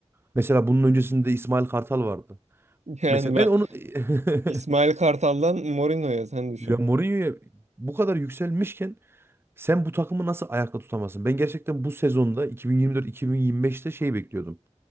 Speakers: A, on the right; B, on the right.
A: Mesela bunun öncesinde İsmail Kartal vardı.
B: <laughs> Yani
A: Mesela
B: ben
A: ben onu <laughs>
B: İsmail Kartal'dan Mourinho'ya sen düşün.
A: ya Mourinho'ya bu kadar yükselmişken sen bu takımı nasıl ayakta tutamazsın? Ben gerçekten bu sezonda 2024-2025'te şey bekliyordum.